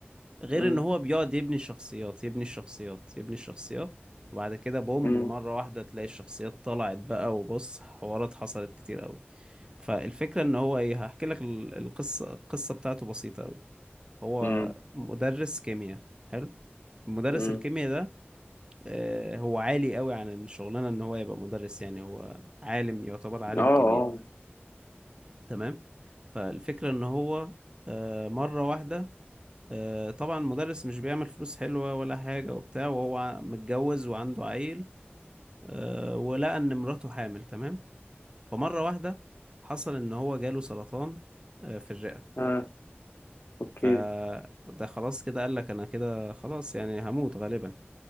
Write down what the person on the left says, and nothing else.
امم
امم
امم
امم
اه اه
اه اوكي